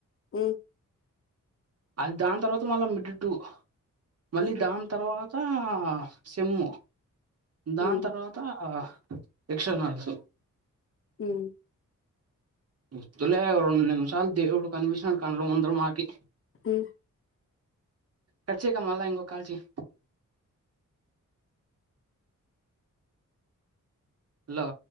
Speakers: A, on the left; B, on the right.
A: ఉమ్
B: అది దాని తర్వాత మళ్ళా మిడడ్బడ్బటటు మళ్ళీ
A: ఉమ్
B: దాని తర్వాత తా సెమ్ము దాని
A: ఉమ్
B: తర్వాత ఆ ఎక్స్టర్నల్స్
A: ఉమ్
B: వద్దులే ఓ రెండు నిమిషాలు దేవుడు కనిపించినాడు కళ్ళ ముందర మాకి
A: ఉమ్
B: కర్చీక మళ్ళి ఇంకో కాల్ చెయ్ హలో